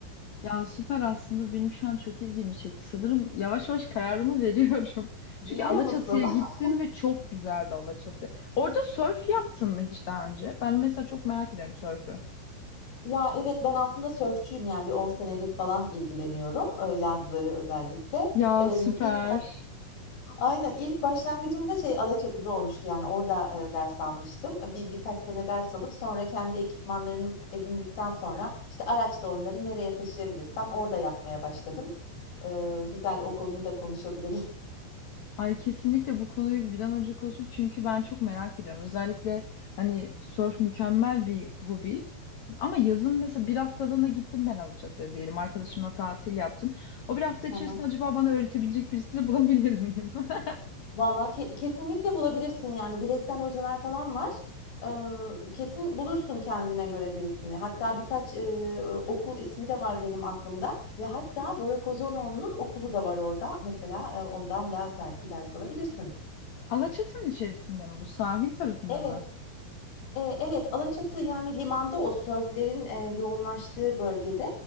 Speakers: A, on the left; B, on the left.
A: Ya süper aslında benim şu an çok ilgimi çekti. Sanırım yavaş yavaş kararımı <laughs> veriyorum.
B: Veriyor
A: Çünkü Alaçatı'ya
B: musun? <laughs>
A: gittim ve çok güzeldi Alaçatı. Orada sörf yaptın mı hiç daha önce? Ben mesela çok merak ediyorum sörfü.
B: Ya evet ben aslında sörfçüyüm yani bir 10 senedir falan ilgileniyorum e, yazları özellikle.
A: Ya
B: Emm,
A: süper.
B: ilk Aynen, ilk başlangıcım da şey Alaçatı'da olmuştu, yani orada, eee, ders almıştım. Bir birkaç sene ders alıp sonra kendi ekipmanlarını edindikten sonra, işte, araçla onları nereye taşıyabilirsem orada yapmaya başladım. Eee, güzel, o konuyu da konuşabiliriz. <laughs>
A: Ay kesinlikle bu konuyu bir an önce konuşup çünkü ben çok merak ediyorum. Özellikle hani sörf mükemmel bir hobi. Ama yazın mesela bir haftalığına gittim ben Alaçatı'ya diyelim. Arkadaşımla tatil yaptım. O bir hafta
B: Hı
A: içerisinde
B: hı.
A: acaba bana öğretebilecek birisini bulabilir miyim? <laughs>
B: Vallahi ke kesinlikle bulabilirsin, yani, bireysel hocalar falan var. Eee, kesin bulursun kendine göre birisini. Hatta birkaç, eee, okul ismi de var benim aklımda ve hatta Bora Kozanoğlu'nun okulu da var orada. Mesela, eee, ondan da belki ders alabilirsin.
A: Alaçatı'nın içerisinde mi bu? Sahil tarafında
B: Evet,
A: mı?
B: eee, evet, Alaçatı, yani, limanda o sörflerin, eee, yoğunlaştığı bölgede.